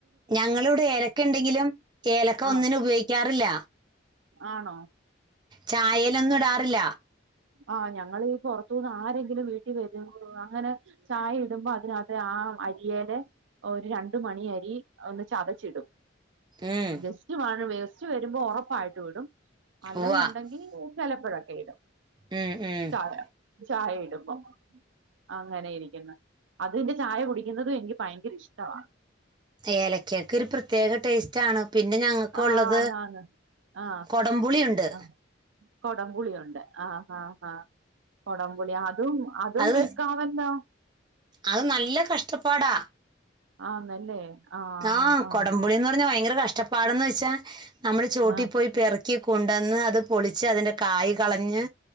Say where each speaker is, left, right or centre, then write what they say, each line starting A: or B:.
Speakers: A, on the right; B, on the right.
A: ഞങ്ങളിവിടെ ഏലക്ക ഉണ്ടെങ്കിലും ഏലക്ക
B: ആ
A: ഒന്നിനുംഉപയോഗിക്കാറില്ല.
B: ആണോ?
A: ചായയിലൊന്നും ഇടാറില്ല.
B: ആഹ് ഞങ്ങള് ഈ പുറത്തു നിന്ന് ആരെങ്കിലും വീട്ടിൽ വരുന്നോർക്ക്അങ്ങനെ ചായ ഇടുമ്പോ അതിനകത്ത് ആ അരിയിടെ ഒരു രണ്ടു മണിയരി ഒന്ന് ചതച്ചിടും.
A: ഉം
B: ഗെസ്റ്റ് വാഴവേസ്റ്റ് വരുമ്പോ ഉറപ്പായിട്ട് ഇടും അല്ലെന്നുണ്ടെങ്കി
A: ഉവ്വ
B: ഒ- ചിലപ്പഴൊക്കെ ഇടും.
A: ഉം ഉം
B: ചായ ചായ ഇടുമ്പം. അങ്ങനെ ഇരിക്കുന്നു. അതിന്റെ ചായ കുടിക്കുന്നതും എനിക്ക് ഭയങ്കര ഇഷ്ടവാ.
A: ഏലക്കാക്ക് ഒരു പ്രത്യേക ടേസ്റ്റാണ്. പിന്നെ ഞങ്ങക്കൊള്ളത്
B: ആ ആന്ന് ആന്ന് ആ
A: കൊടംപുളിയുണ്ട്.
B: ആ കൊടംപുളിയുണ്ട്. ആഹ് ഹാ ഹാ കൊടംപുളി അതും അതും
A: അത്
B: വിൽക്കാ വല്ലോ?
A: അത് നല്ല കഷ്ടപ്പാടാ.
B: ആന്നല്ലേ? ആഹ്
A: ആഹ്‌
B: ആഹ്
A: കൊടംപുളിന്ന് പറഞ്ഞാ ഭയങ്കര കഷ്ടപ്പാടെന്ന് വെച്ചാ നമ്മള് ചോട്ടി
B: ആഹ്
A: പോയി പെറ- ക്കി കൊണ്ടന്ന് അത് പൊളിച്ച് അതിന്റെ കായ് കളഞ്ഞ്